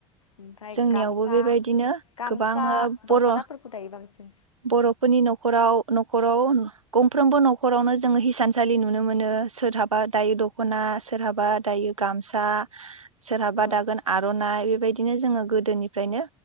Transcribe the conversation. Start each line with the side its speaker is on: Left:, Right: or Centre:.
Left: ओमफ्राय
Right: जोंनियावबो
Left: गामसा
Right: बेबायदिनो
Left: गामसा
Right: गोबाङो बर'
Left: दख'नाफोरखौ दायो बांसिन
Right: बर'फोरनि न'खराव न' खराव गंफ्रोमबो न'खरावनो जोङो हिसानसालि नुनो मोनो। सोरहाबा दायो दख'ना सोरहाबा दायो गामसा सोरहाबा
Left: औ
Right: दागोन आर'नाइ बाय दिनो जोङो गोदोनिफ्रायनो